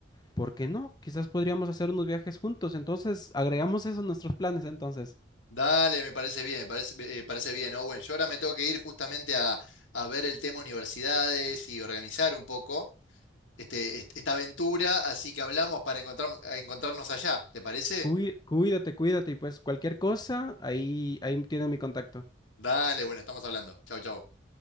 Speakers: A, on the left; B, on the left.
A: ¿por qué no? Quizás podríamos hacer unos viajes juntos. Entonces, agregamos eso a nuestros planes, entonces.
B: Dale, me parece bien, me parece, eh, parece bien, Owen. Yo ahora me tengo que ir justamente a, a ver el tema universidades y organizar un poco este, est- esta aventura, así que hablamos para encontrarnos, encontrarnos allá, ¿te parece?
A: Cuí- Cuídate, cuídate, y pues cualquier cosa, ahí, ahí tiene mi contacto.
B: Dale, bueno, estamos hablando. Chau, chau.